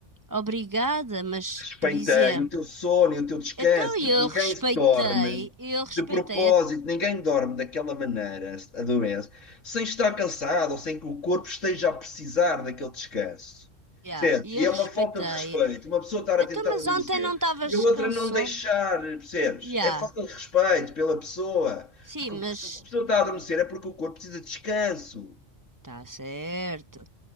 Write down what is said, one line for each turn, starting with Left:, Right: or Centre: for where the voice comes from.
Right: Obrigada, mas,
Left: respeitei
Right: por exemplo.
Left: o teu sono e o teu descanso,
Right: Então e
Left: porque
Right: eu
Left: ninguém
Right: respeitei,
Left: se dorme
Right: eu respeitei,
Left: de propósito,
Right: a-
Left: ninguém dorme daquela maneira, adoece, sem estar cansado ou sem que o corpo esteja a precisar daquele descanso.
Right: yeah,
Left: Percebes?
Right: eu
Left: E é
Right: respeitei.
Left: uma falta de respeito, uma pessoa estar
Right: Então,
Left: a tentar
Right: mas
Left: adormecer
Right: ontem não estavas
Left: e a outra
Right: com
Left: não
Right: sono?
Left: deixar, percebes?
Right: Yeah.
Left: É falta de respeito pela pessoa,
Right: Sim,
Left: porque
Right: mas
Left: se a pessoa está a adormecer é porque o corpo precisa de descanso.
Right: tá certo.